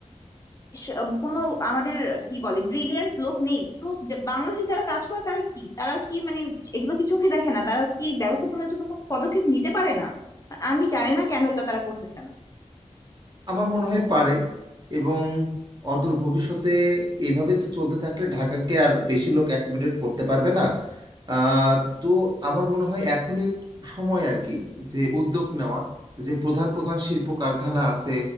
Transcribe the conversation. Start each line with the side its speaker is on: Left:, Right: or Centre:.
Left: স- উম, কোনো আমাদের কি বলে ব্রিলিয়ান্ট লোক নেই তো যা- বাংলাদেশে যারা কাজ করে তারা কি তারা কি মানে এগুলো কি চোখে দেখে না তারা কি ব্যবস্থাপনার জন্য কোনো পদক্ষেপ নিতে পারে না আমি জানি না কেন এটা তারা করতেছে না
Right: আমার মনে হয় পারে এবং অদূর ভবিষ্যতে এইভাবে তো চলতে থাকলে ঢাকাকে আর বেশি লোক অ্যাকোমোডেট করতে পারবে না আহ, তো আমার মনে হয় এখনই সময় আর কি যে উদ্যোগ নেওয়া যে প্রধান প্রধান শিল্প কারখানা আছে